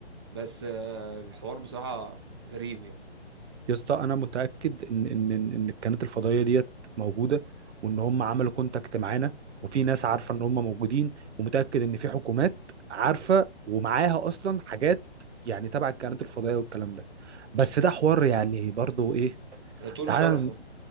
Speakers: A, on the right; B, on the right.
A: بس آه، الحوار بصراحه غريب يعني
B: يا اسطى انا متاكد ان ان ان إن الكائنات الفضائيه ديت موجوده وان هم عملوا كونتاكت معانا وفي ناس عارفه ان هم موجودين ومتاكد ان في حكومات عارفه ومعاها اصلا حاجات يعني تبع الكائنات الفضائيه والكلام ده بس ده حوار يعني برضو ايه
A: يطول
B: تعالى
A: شرحه